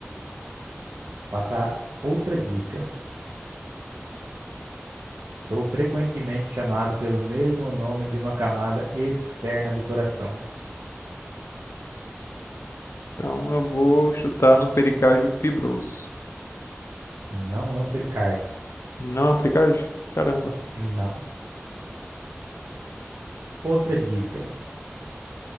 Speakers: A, on the right; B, on the left.
A: Passar outra dica. Sou frequentemente chamado pelo mesmo nome de uma camada externa do coração.
B: Então eu vou chutar no pericárdio fibroso.
A: Não é um pericárdio.
B: Não é o pericárdio? Caramba.
A: Não. Outra dica.